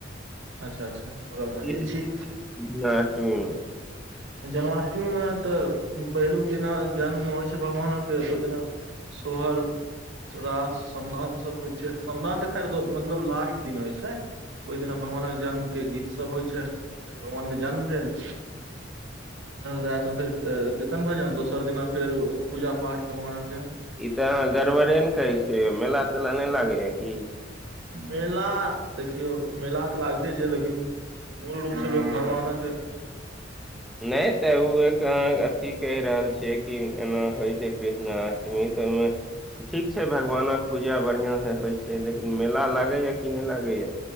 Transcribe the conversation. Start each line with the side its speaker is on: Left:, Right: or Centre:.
Right: अच्छा अच्छा बगल
Centre: नष््ती
Right: भए जाइ छी
Centre: <unintelligible>
Right: जन्माष्टमीमे तऽ पहिलुक दिना जन्म होइ छै भगवानके ओहि दिना शोहर परा समदाउान सभ होइ छै समदान तऽ खैर मतलब लास्ट दिन होइ छै ओहि दिना भगवानक जन्मके गीत सब होइ छै फेर भगवानके जन्म भेल
Centre: <inaudible>
Right: राति मे फेर र्कीतन भजन दोसर दिना फेर पूजा पाठ भगवाना के
Centre: ई तऽ अहाँ गड़बड़े ने करै छी यो मेला तेला नहि लागै या की
Right: मेला देखियौ मेला त लागते छै लेकिन मूल रूप से लोक भगवानक
Centre: नहि त ओ एक अहाँ अथी कहि रहल छियै कि एना होइ छै कृष्णाष्टमी त ओहिमे ठीक छै भगवानक पूजा बढ़िआं से होइ छै लेकिन मेला लागैएा कि नहि लागैए